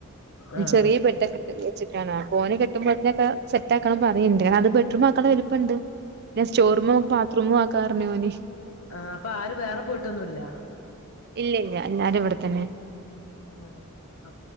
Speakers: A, on the right; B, on the left.
A: അന്
B: ആഹ്
A: ചെറിയ ബെഡക്കിട്ടില്ലേ ച്ചിട്ടാണ് അപ്പോന് കെട്ടുമ്പോൾത്തി നൊക്കെ സെറ്റാക്കണം പറയണ്ട് കാരണം ബെഡ്റൂം ആക്കളെ വലിപ്പണ്ട് ന്നെ സ്റ്റോറൂമു ബാത്റൂമാക്ക കാർനോനിഷ്
B: ആ അപ്പൊ ആരു വേറെ പോയിട്ടൊന്നുല്ല
A: ഇല്ലില്ല എല്ലാരും ഇവിടെത്തന്നെ
B: ആ അ